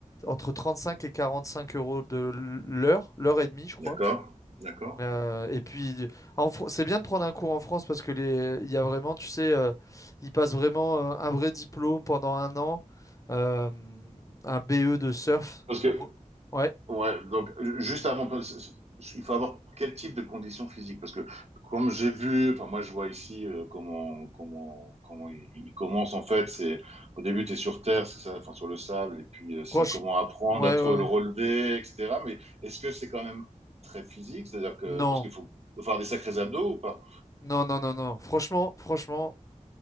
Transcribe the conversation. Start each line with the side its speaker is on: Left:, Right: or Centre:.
Left: entre cinq et 45 euros de l'heure, l'heure et demie, je crois.
Right: D'accord, d'accord.
Left: Euh, et puis, en Fr- c'est bien de prendre un cours en France parce que les, il y a vraiment, tu sais, euh, ils passent vraiment euh, un vrai diplôme pendant un an, euh, un BE de surf.
Right: Parce que
Left: Bro- Ouais,
Right: Ouais, donc euh, juste avant, parce- il faut avoir quel type de conditions physiques? Parce que comme j'ai vu, enfin moi je vois ici euh, comment comment comment il, il commence en fait. C'est au début tu es sur terre, c'est ça, enfin sur le sable, et puis euh, c'est
Left: Proche.
Right: comment apprendre
Left: ouais,
Right: à te
Left: ouais,
Right: le relever,
Left: ouais.
Right: etc. Mais est-ce que c'est quand même très physique? C'est-à-dire que
Left: Non,
Right: parce qu'il faut faire des sacrés abdos ou pas?
Left: non, non, non, non. Franchement, franchement.